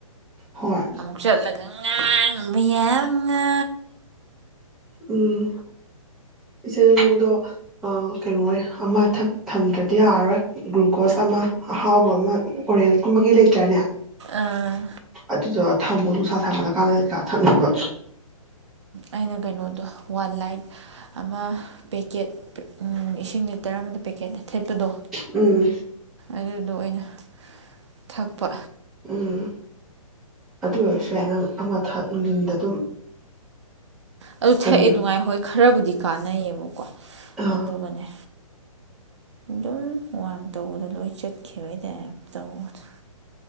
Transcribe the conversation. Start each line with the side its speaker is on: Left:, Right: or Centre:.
Centre: ꯍꯣꯏ
Right: ꯑꯃꯨꯛ ꯆꯠꯂꯒ ꯉꯥꯡ ꯕ ꯌꯥꯔ ꯉꯥ
Centre: ꯎꯝ ꯏꯆꯦꯖꯤꯡꯗꯣ ꯑ ꯀꯩꯅꯣꯏ ꯑꯃꯊꯛ ꯊꯝꯗ꯭ꯔꯗꯤ ꯌꯥꯔꯔꯣꯏ ꯒ꯭ꯂꯨꯀꯣꯖ ꯑꯃ ꯑꯍꯥꯎꯕ ꯑꯃ ꯑꯣꯔꯦꯟꯁꯀꯨꯝꯕꯒꯤ ꯂꯩꯇ꯭ꯔꯅꯦ
Right: ꯑꯥ
Centre: ꯑꯇꯨ ꯖꯣ ꯊꯃꯣ ꯅꯨꯡꯁꯥ ꯁꯥꯒꯠꯂꯀꯥꯟꯗ ꯀꯥ ꯊꯛꯅꯕ
Right: ꯑꯩꯅ ꯀꯩꯅꯣꯗꯣ ꯋꯥꯟ ꯂꯥꯏꯠ ꯑꯃ ꯄꯦꯛꯀꯦꯠ ꯎꯝ ꯏꯁꯤꯡ ꯂꯤꯇꯔ ꯑꯃꯗ ꯄꯦꯛꯀꯦꯠ ꯊꯤꯠꯄꯗꯣ
Centre: ꯎꯝ
Right: ꯑꯗꯨꯗꯣ ꯑꯣꯏꯅ ꯊꯛꯄ
Centre: ꯎꯝ ꯑꯗꯨ ꯑꯣꯏꯔꯁꯨ ꯌꯥꯏ ꯅꯪ ꯑꯃ ꯊꯛ ꯅꯨꯡꯊꯤꯟꯗ ꯑꯗꯨꯝ
Right: ꯑ ꯑꯗꯨ ꯊꯛꯑꯦꯗꯨ
Centre: ꯀꯩꯅꯣ
Right: ꯉꯥꯏ ꯍꯣꯏ ꯈꯔꯕꯨꯗꯤ ꯀꯥꯟꯅꯩꯌꯦꯕ
Centre: ꯑꯥ
Right: ꯑꯗꯨꯒꯅꯦ ꯑꯗꯨꯝ ꯋꯥꯟ ꯇꯧꯕꯗ ꯂꯣꯏ ꯆꯠ ꯈꯤꯕꯩ ꯇꯥꯏꯞ ꯇꯧꯕꯗꯣ